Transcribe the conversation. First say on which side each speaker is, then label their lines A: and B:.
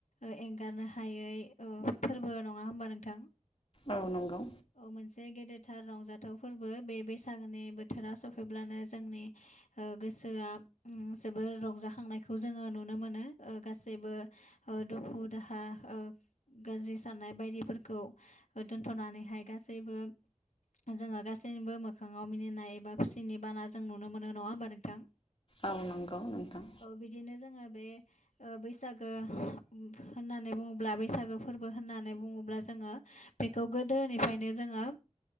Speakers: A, on the left (about 80°); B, on the left (about 50°).
A: ओ-एंगारनो हायै ओ-फोरबो नङा होमबा नोंथां?
B: औ नंगौ।
A: औ मोनसे गेदेरथार रंजाथाव फोरबो बे बैसागोनि बोथोरा सफैब्लानो जोंनि ओ गोसोया जोबोर रंजाखांनायखौ जोङो नुनो मोनो गासैबो ओ दुखु दाहा ओ गाज्रि साननाय बायदिफोरखौ दोनथ'नानैहाय गासैबो जोङो गासैबो मोखाङाव मिनिनाय एबा खुसिनि बाना जों नुनो मोनो नङा होमबा नोंथां।
B: औ नंगौ नोंथां।
A: बिदिनो जोङो बे बैसागो होननानै बुङोब्ला बैसागो फोरबो होननानै बुङोब्ला जोङो बेखौ गोदोनिफ्रायनो जोङो